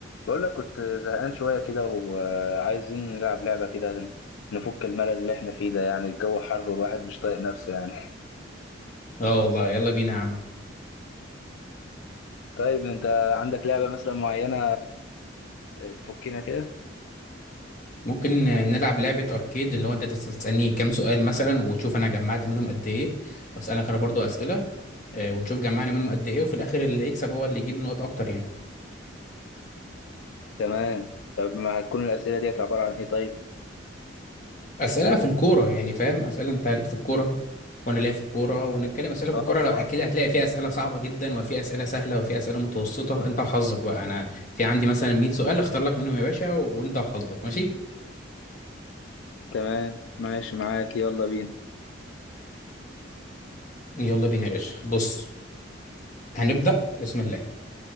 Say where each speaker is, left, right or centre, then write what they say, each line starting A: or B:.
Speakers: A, on the left; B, on the left.
A: بقول لك كنت زهقان شوية كده وعايزين نلعب لعبة كده نفك الملل اللي احنا فيه ده يعني الجو حر والواحد مش طايق نفسه يعني
B: اه والله يلا بينا يا عم
A: <laughs> طيب انت عندك لعبة مثلا معينة تفكنا كده
B: ممكن نلعب لعبة أركيد اللي هو أنت تفضل تسألني كام سؤال مثلا وتشوف أنا جمعت منهم قد إيه وأسألك أنا برضو أسئلة آه، ونشوف جمعنا منهم قد إيه وفي الآخر اللي يكسب هو اللي يجيب نقط أكتر يعني
A: تمام طب ما هتكون الأسئلة ديت عبارة عن ايه طيب
B: أسئلة في الكورة يعني فاهم أسئلة أنت ليك في الكورة وأنا ليا في الكورة ونتكلم أسئلة في
A: اه
B: الكورة لو
A: طبعا
B: أكيد هتلاقي فيها أسئلة صعبة جدا وفي أسئلة سهلة وفي أسئلة متوسطة أنت وحظك بقى أنا في عندي مثلا 100 سؤال أختار لك منهم يا باشا وأنت وحظك ماشي
A: تمام ماشي معاك يلا بينا
B: يلا بينا يا باشا بص هنبدأ بسم الله